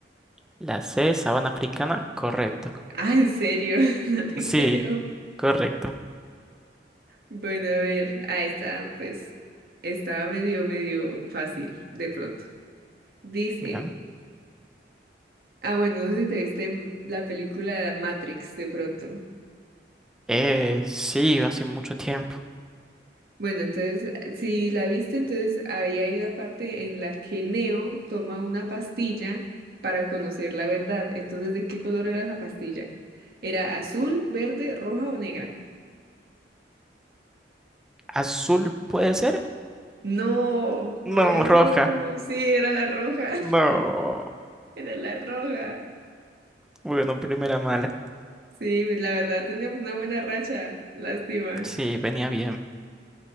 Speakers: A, in the centre; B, on the right.
A: La C, sabana africana, correcto.
B: Ah, en serio, <laughs> no te
A: Sí,
B: creo.
A: correcto.
B: Bueno, a ver, ahí está, pues estaba medio, medio fácil de pronto. Dice,
A: Bien.
B: ah, bueno, no sé si te viste m- la película Matrix de pronto.
A: Eh, sí, hace mucho tiempo.
B: Bueno, entonces, si la viste, entonces había hay una parte en la que Neo toma una pastilla para conocer la verdad. Entonces, ¿de qué color era esa pastilla? ¿Era azul, verde, roja o negra?
A: ¿Azul puede ser?
B: No, no
A: No,
B: era azul,
A: roja.
B: sí, era la roja,
A: No.
B: <laughs> era la roja.
A: Bueno, primera mala.
B: Sí, pues, la verdad, tenemos una buena racha. Lástima.
A: Sí, venía bien.